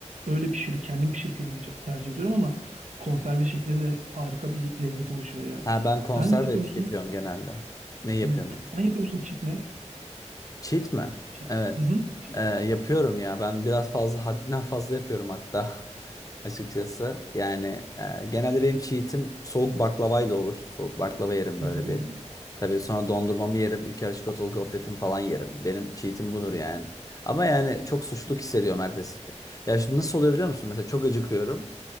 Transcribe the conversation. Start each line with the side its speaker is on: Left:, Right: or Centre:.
Right: Öyle pişirip kendim pişirip yemeyi çok tercih ediyorum ama konserve şekli de harika bir lezzet oluşuyor ya.
Left: Ha ben konserve
Right: Sen yapıyor
Left: tüketiyorum
Right: musun?
Left: genelde. Ne yapıyorum
Right: Hmm.
Left: ya?
Right: Sen yapıyor musun çitmel?
Left: Cheat mi?
Right: Çit.
Left: Evet.
Right: Hı hı. Çit.
Left: E, yapıyorum ya. Ben biraz fazla haddinden fazla yapıyorum hatta. <laughs> Açıkçası. Yani e, genelde benim cheat'im soğuk baklavayla olur. Soğuk baklava yerim böyle
Right: Oo.
Left: bir. Tabii sonra dondurmamı yerim. Ülker çikolatalı gofretimi falan yerim. Benim cheat'im budur yani. Ama yani çok suçluluk hissediyorum ertesi. Ya şimdi nasıl oluyor biliyor musun? Mesela çok acıkıyorum.